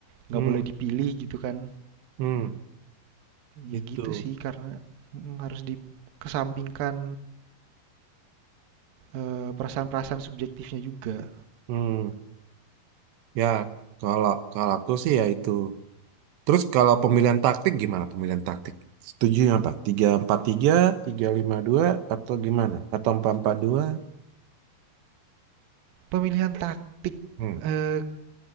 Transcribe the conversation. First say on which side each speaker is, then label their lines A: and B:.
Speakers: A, on the right (about 65°); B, on the right (about 80°).
A: nggak
B: hmm,
A: boleh dipilih gitu kan
B: hmm, itu.
A: ya gitu sih karena mm, harus dikesampingkan eh, perasaan-perasaan subjektifnya juga
B: Hmm, ya kalau kalau aku sih ya itu. Terus kalau pemilihan taktik gimana pemilihan taktik? Setuju yang apa? Tiga empat tiga, tiga lima dua atau gimana? Atau empat empat dua?
A: Pemilihan taktik,
B: Hmm.
A: eee,